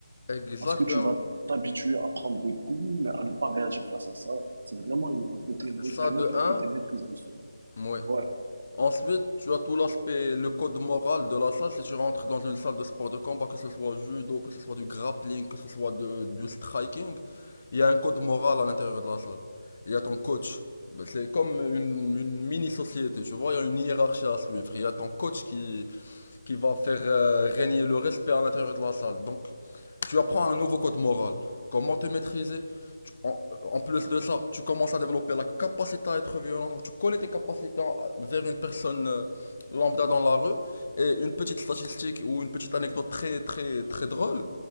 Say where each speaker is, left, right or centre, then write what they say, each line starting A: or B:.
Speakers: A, on the left; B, on the right.
A: exactement.
B: Parce que tu vas t'habituer à prendre des coups, mais à ne pas réagir face à ça. C'est vraiment une- un côté mécanique,
A: Ça de
B: un
A: un,
B: côté maîtrise de soi.
A: oui.
B: Ouais,
A: Ensuite, tu as tout l'aspect, le code moral de la salle. Si tu rentres dans une salle de sport de combat, que ce soit judo, que ce soit du grappling, que ce soit de- du striking, il y a un code moral à l'intérieur de la salle. Il y a ton coach. Ben, C'est comme une, une mini-société, tu vois, il y a une hiérarchie à suivre. Il y a ton coach qui, qui va faire euh, régner le respect à l'intérieur de la salle. Donc, tu apprends un nouveau code moral. Comment te maîtriser Tu- en, en plus de ça, tu commences à développer la capacité à être violent. Donc, tu connais tes capacités vers une personne euh, lambda dans la rue. Et une petite statistique ou une petite anecdote très, très, très drôle.